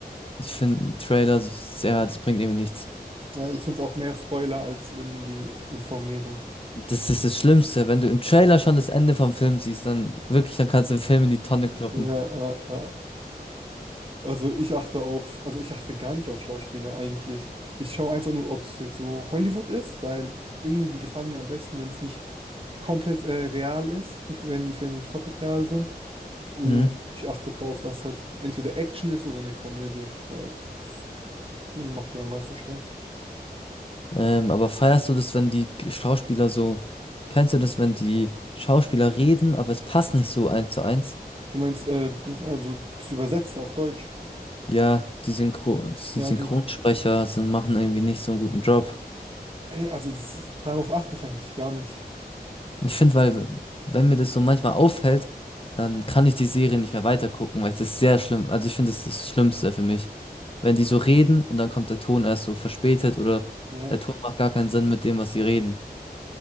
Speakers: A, on the left; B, on the right.
A: Ich finde einen Trailer, so- ja, das bringt irgendwie nichts.
B: Ja, ich finde es auch mehr Spoiler als irgendwie informieren.
A: Das ist das Schlimmste, wenn du im Trailer schon das Ende vom Film siehst, dann wirklich, dann kannst du den Film in die Tonne kloppen.
B: Ja, ja, ja. Also ich achte auf, also ich achte gar nicht auf Schauspieler eigentlich. Ich schaue einfach nur, ob es jetzt so Hollywood ist, weil irgendwie die gefallen mir am besten, wenn es nicht komplett äh, real ist, die, wenn die Filme nicht komplett real sind. Und
A: Hm?
B: ich achte drauf, dass halt entweder Action ist oder eine Komödie, weil das macht mir am meisten Spaß.
A: Ähm, aber feierst du das, wenn die Schauspieler so, kennst du das, wenn die Schauspieler reden, aber es passt nicht so eins zu eins?
B: Du meinst, äh, das, also das Übersetzte auf Deutsch?
A: Ja, die Synchro Synchronsprecher
B: Ja, synchron.
A: sind, machen irgendwie nicht so einen guten Job.
B: Hey, also das, ist- darauf achte ich eigentlich gar nicht.
A: Ich finde, weil, wenn mir das so manchmal auffällt, dann kann ich die Serie nicht mehr weitergucken, weil ich das sehr schlimm, also ich finde, das ist das Schlimmste für mich. Wenn die so reden und dann kommt der Ton erst so verspätet oder
B: Ja.
A: der Ton macht gar keinen Sinn mit dem, was sie reden.